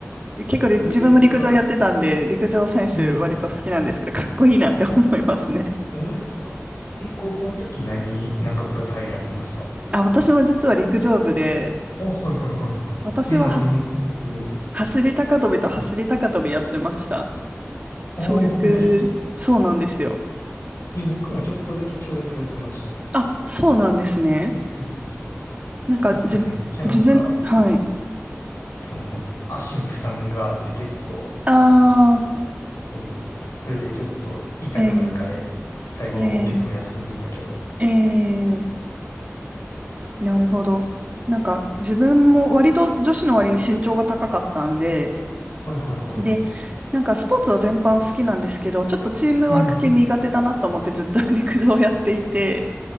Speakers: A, on the right; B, on the left.
A: 結構り自分も陸上やってたんで、
B: えー、わからん。
A: 陸上選手割と好きなんですけど、
B: うん。
A: かっこいいなって思いますね。
B: マジか。え、高校の時何、なんか部活入られてました
A: あ、私も実は陸上部で、
B: あ、はいはいはいはい。
A: 私ははし
B: え、何の種目を
A: 走り高跳びと走り高跳びやってました。
B: ああえ、
A: 跳躍、
B: マジか。
A: そうなんですよ。
B: え、僕もちょっとだけ跳躍やってました。
A: あ、そうなんですね。
B: うん。
A: なんか、
B: え、でもめっちゃなんか、
A: じ、自分、はい。
B: その、足に負担があって結構、
A: ああ、
B: そうそれでちょっと痛くなるからや、
A: えー、
B: 最後の方結構休んでたけど。
A: えー、えー、なるほど。なんか、自分も割と女子の割に身長が高かったんで、
B: はいはいはい。
A: で、なんかスポーツは全般好きなんですけど、ちょっとチームワーク系苦手だなと思ってずっと
B: うん。
A: <laughs> 陸上をやっていて、